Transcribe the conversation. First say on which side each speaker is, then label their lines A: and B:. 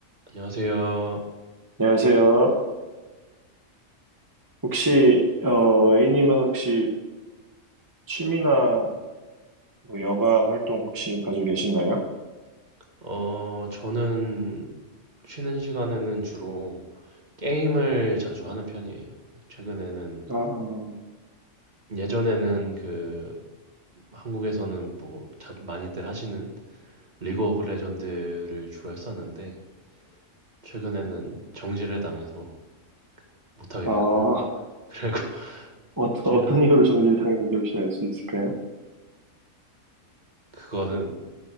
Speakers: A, on the right; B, on the right.
A: 안녕하세요.
B: 안녕하세요. 혹시, 어, A님은 혹시 취미나 뭐 여가 활동 혹시 가지고 계신가요?
A: 어, 저는 쉬는 시간에는 주로 게임을 자주 하는 편이에요. 최근에는,
B: 아, 어,
A: 예전에는 그, 한국에서는 뭐, 자주 많이들 하시는 리그 오브 레전드를 주로 했었는데, 최근에는
B: 음.
A: 정지를 당해서 못하게
B: 아,
A: 됐고요. 그리고 <laughs>
B: 어떤,
A: 최근에,
B: 어떤 이유로 정지당했는지 혹시 알 수 있을까요?
A: 그거는